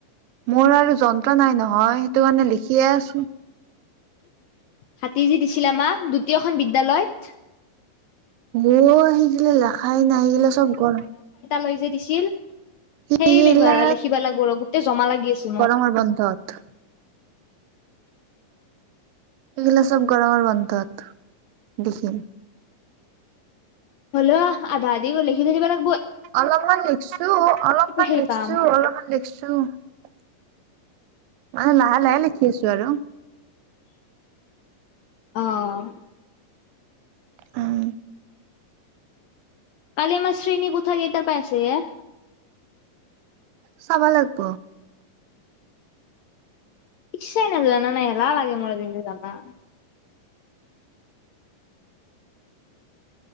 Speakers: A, on the right; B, on the left.
A: মোৰ আৰু যন্ত্ৰ নাই নহয়, সেইটো কাৰানে লিখিয়ে আছো।
B: হাতীজী দিছিলে আমাক দ্বিতীয়খন বিদ্যায়ালয়ত।
A: অ, আহি গিলে লাখাই নাহি গিলে চব গৰ
B: লৈ যে দিছিল
A: সেইগিলা
B: সেই লাখিবা, লিখিবা লাগিব ৰ গোটেই জমা লাগি আছে মোৰ
A: ৰ, বন্ধত। এইগিলা চব গৰমৰ বন্ধত দেখি
B: হ'ল আধা আদি গ' লিখি থ যিবিলাক
A: অলপমান লিকছো, অলপমান
B: সেই
A: লিকছো
B: পাম
A: অলপমান। <unintelligible> মানে লাহে, লাহে লিখি আছো আৰু।
B: অহ।
A: উম
B: আালি মছ্ৰী ন, কুথা গেইটা পেছে হ
A: চাব লাগিব।
B: শশাইনদ নানয়ৰা লাগে মোৰ দিছলা।